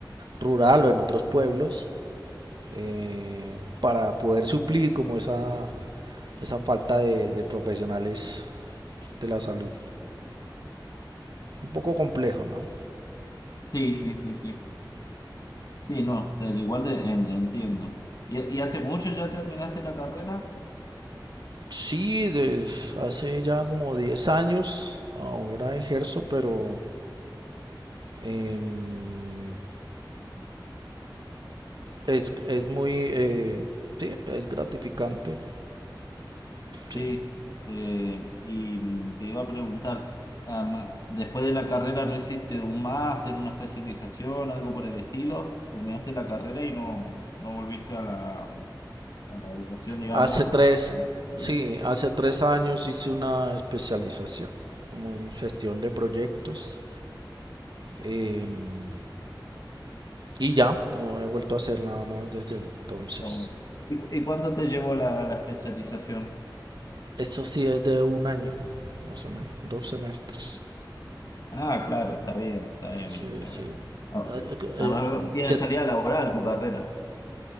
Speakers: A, on the right; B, on the left.
A: rural o en otros pueblos eh, para poder suplir como esa, esa falta de, de profesionales de la salud. Un poco complejo, ¿no?
B: Sí, sí, sí, sí. Sí, no, eh, igual te en- entiendo. ¿Y, y hace mucho ya terminaste la carrera?
A: Sí, desde hace ya como 10 años ahora ejerzo, pero em, es, es muy, eh, sí, es gratificante, sí.
B: Sí, eh, y mm, te iba a preguntar, ama- después de la carrera no hiciste un máster, una especialización, algo por el estilo, terminaste la carrera y no, no volviste a la, a la educación, digamos.
A: Hace tres,
B: a- a- está
A: sí, hace tres años hice una especialización como en gestión de proyectos em, y ya, no he vuelto a hacer nada más desde entonces.
B: bueno. ¿Y, cu- y cuánto te llevó la, la especialización?
A: Eso sí es de un año, más o menos, dos semestres.
B: Ah, claro, está bien, está bien.
A: Sí,
B: y- eh,
A: sí.
B: ah,
A: Ah, eh,
B: Además, tiene
A: ¿qué-
B: salida laboral tu carrera.